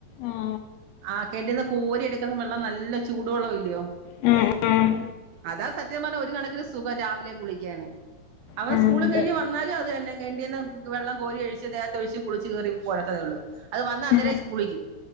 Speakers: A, on the left; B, on the right.
A: ആ
B: ആ കെണ്റ്റിന്ന് കോരി എടുക്കമ്പ വെളള ള്ളം നല്ല ചൂടുവെള്ളം ല്ലയോ
A: ഉം ഉം
B: അതാ സത്യം പർഞ്ഞ ഒരു കണക്കിന് സുഖം രാവിലെ കുളിക്കാന് അവർ
A: ഉം
B: സ്കൂളും
A: അതെ
B: കഴിഞ്ഞ് വന്നാല് കെണ്റ്റിന്ന് വെള്ളം കോരി ഒഴിച്ച് ദേഹതൊഴിച്ച് കുളിച്ച് കേറി പോലത്തതെ ഉള്ളൂ അത് വന്ന അന്നേരെ
A: ഉം
B: കുളിക്കും